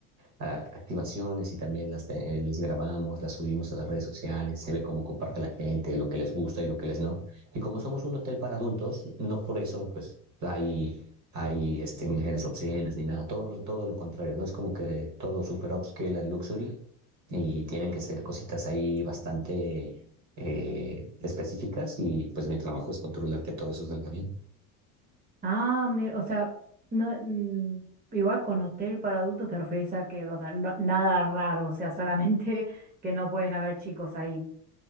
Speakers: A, on the right (about 40°); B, on the right (about 20°).
A: a- activaciones y también las, te- eh, las grabamos, las subimos a las redes sociales, se ve cómo comparte la gente, lo que les gusta y lo que les no. Y como somos un hotel para adultos, no por eso pues hay, hay este, mujeres obscenas ni nada, todo, todo lo contrario, no es como que todo super upscale al luxury y tienen que ser cositas ahí bastante... eh, específicas y pues mi trabajo es controlar que todo eso salga bien.
B: Ah, mi- o sea, no, mm, igual con hotel para adultos te referís a que, o sea, no- nada raro, o sea, solamente <laughs> que no pueden haber chicos ahí.